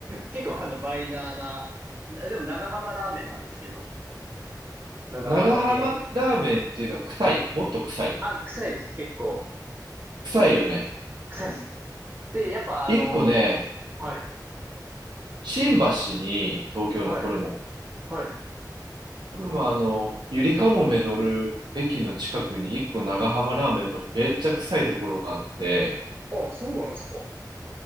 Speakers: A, on the right (about 30°); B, on the right (about 85°).
A: 結構あの、バイナーな、なでも長浜ラーメンなんですけど、長浜系の。
B: 長浜ラーメンっていうのは臭い。もっと臭い。
A: あ、臭いです。結構、
B: 臭いよね。
A: 臭いです。で、やっぱあのーはい、
B: 一個ね、新橋に、東京のこれも。
A: はい、はい。
B: これもあの、ゆりかもめ乗る駅の近くに一個長浜ラーメンのめっちゃ臭いところがあって、
A: あ、そうなんですか。